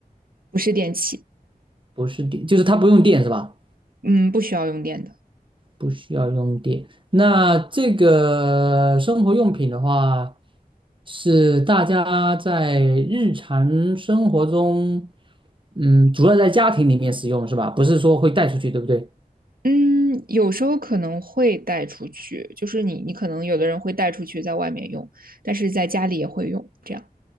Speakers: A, on the right; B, on the right.
A: 不是电器，
B: 不是电，就是它不用电是吧？
A: 嗯，不需要用电的。
B: 不需要用电。那这个生活用品的话，是大家在日常生活中，嗯，主要在家庭里面使用是吧？不是说会带出去，对不对？
A: 嗯，有时候可能会带出去，就是你你可能有的人会带出去在外面用，但是在家里也会用，这样。